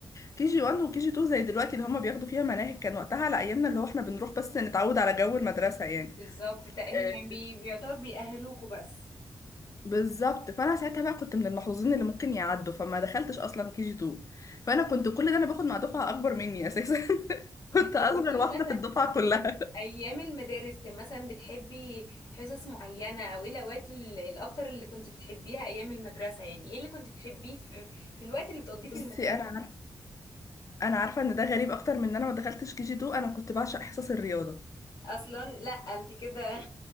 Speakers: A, on the left; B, on the left.
A: كي جي 1 وكي جي 2 زي دلوقتي اللي هما بياخدوا فيها مناهج كان وقتها على ايامنا اللي هو احنا بنروح بس نتعود على جو المدرسة يعني
B: بالظبط تأهيل
A: آه،
B: يعني بي- بيعتبر بيأهلوكوا بس
A: بالظبط فانا ساعتها بقى كنت من المحظوظين اللي ممكن يعدوا فما دخلتش اصلا كي جي 2 فانا كنت كل ده انا باخد مع دفعة اكبر مني اساسا <laughs> كنت اصغر
B: طب قولي
A: واحدة
B: لي مثلا
A: في الدفعة كلها
B: ايام المدارس كان مثلا بتحبي حصص معينه او ايه الاوقات ال- الاكتر اللي كنت بتحبيها ايام المدرسه يعني ايه اللي كنت بتحبيه في في الوقت اللي بتقضيه في
A: بصي
B: المدرسه
A: انا عارفة انا عارفه ان ده غريب اكتر من ان انا ما دخلتش كي جي 2 انا كنت بعشق حصص الرياضه
B: اصلا لا انت كده